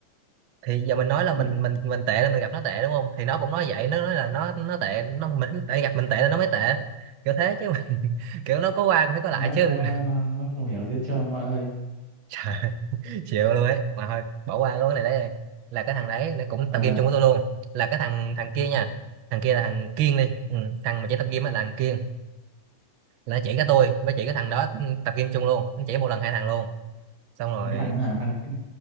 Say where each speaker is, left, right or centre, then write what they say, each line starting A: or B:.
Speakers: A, on the right; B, on the right.
A: thì giờ mình
B: <laughs>
A: nói là mình
B: Ừ.
A: mình mình tệ là mình gặp nó tệ đúng không thì nó cũng nói vậy nó nói là nó nó tệ nó mình tại gặp mình tệ là nó mới tệ kiểu thế chứ mình, <laughs> kiểu nó có qua cũng phải có lại
B: Nói
A: chứ
B: nói nó nó không hiểu gì hết ông nội ơi.
A: <laughs> trời chịu luôn ấy mà thôi bỏ qua luôn cái này đấy đi là cái thằng đấy nó cũng
B: Ờ.
A: tập game chung với tôi luôn là cái thằng thằng kia nha thằng kia là thằng Kiên đi ừ, thằng mà chỉ tập game á là thằng Kiên là nó chỉ cái tôi với chỉ cái thằng đó ừ, tập game chung luôn nó chỉ một lần hai thằng luôn xong rồi
B: Mà cái thằng hả thằng